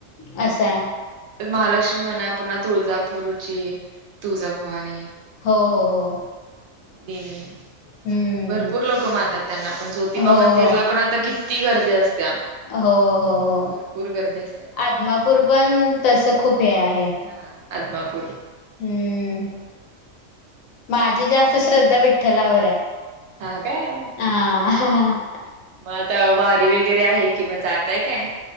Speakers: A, on the left; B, on the right.
A: असं आहे
B: तर महालक्ष्मी म्हणा, पुन्हा तुळजापूरुची तुळजाभवानी
A: हो हो हो
B: देवी
A: हम्म
B: भरपूर लोक मानतात त्यांना पण, ज्योतिबा
A: हो
B: मंदिरला
A: हो
B: पण आता किती गर्दी असत्या.
A: हो हो हो
B: भरपूर गर्दी असत्या
A: आदमापूर पण तस खूप हे आहे.
B: हा आदमापूर
A: हम्म माझी जास्त श्रद्धा विठ्ठलावर आहे.
B: हा काय
A: अ हह
B: मग आता वारी वगैरे आहे की मग जातय काय?